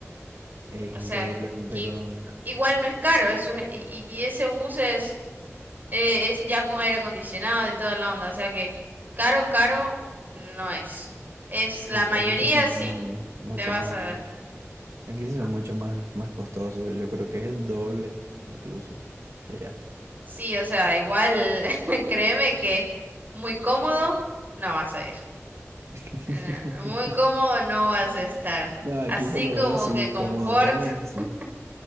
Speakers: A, on the right (about 80°); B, on the right (about 40°).
A: Es
B: O
A: increíblemente
B: sea, que
A: económico.
B: igual no es caro, eso es- y, y ese bus es, eh, es ya con aire acondicionado y toda la onda, o sea que caro, caro no es. Es la
A: Uy,
B: mayoría
A: aquí sí son
B: sí,
A: muy, Mucho
B: te vas
A: más.
B: a ver.
A: Aquí sí
B: Ah,
A: son mucho más, más costosos. Yo creo que es el doble, incluso, que allá.
B: Sí, o sea, igual <laughs> créeme que muy cómodo no vas a ir.
A: <laughs>
B: No, muy cómodo no vas a estar.
A: No, aquí
B: Así
A: por lo
B: como
A: menos sí,
B: que confort,
A: cómodo, cómodo,
B: <laughs>
A: sí.